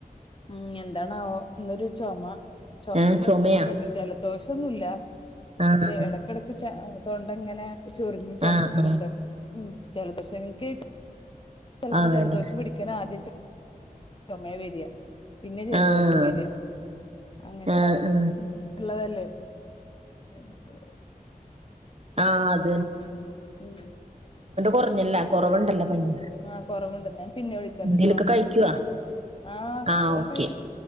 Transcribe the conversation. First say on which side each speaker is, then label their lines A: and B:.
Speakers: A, on the left; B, on the right.
A: ഉം എന്താണാവോ ഇന്നൊരു ചുമ. ചുമന്റെ
B: ഏഹ്
A: ലക്ഷണമൊക്കെ
B: ചുമയാ
A: ഉണ്ട്. ജല ദോഷന്നുല്ല
B: ആഹ്
A: ക്ഷെ ഇടക്കിടക്ക് തൊണ്ടങ്ങനെ ചൊറിഞ്ഞു ചുമക്കണണ്ട്
B: ആഹ്
A: ഉ ചെലപ്പ ക്ഷെ ഇൻക്ക് ചെലപ്പോ
B: ആഹ് അതന്നെ
A: ജലദോഷം പിടിക്കൻ ആദ്യം ചൊ ചൊമയാ വരിയ പിന്നെ ജലദോഷം
B: ആഹ്
A: വരിക അങ്ങനെ
B: ആഹ്
A: ഉണ്ടാവറ്
B: ആഹ്
A: ഉള്ളതല്ലേ എന്ത്
B: ആ അ
A: ഉം ഉം
B: കുറഞ്ഞല്ല കുറവുണ്ടല്ലോ പനി
A: ആ കൊറവുണ്ട് ന്ന പിന്നെ വിളിക്കണ്ട്
B: എന്തേലൊക്കെ
A: ട്ടോ
B: കഴിക്കുവോ?
A: ആഹ
B: ആഹ്
A: ഓൻ
B: ഓക്കേ.
A: കഴിക്കു